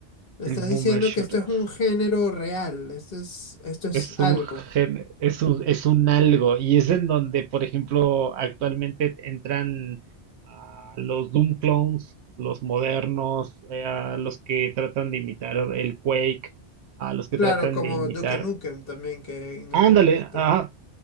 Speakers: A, on the left (about 55°); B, on the right (about 70°).
A: Me
B: El
A: estás
B: boomer
A: diciendo
B: shooter.
A: que esto es un género real, esto es, esto es
B: Es
A: algo.
B: un gen- es un, es un algo, y es en donde, por ejemplo, actualmente entran ah, los Doom clones, los modernos, eh, a los que tratan de imitar el Quake, a los que
A: Claro,
B: tratan
A: como
B: de imitar.
A: Duke Nukem también, que en algún
B: Ándale,
A: momento.
B: ajá,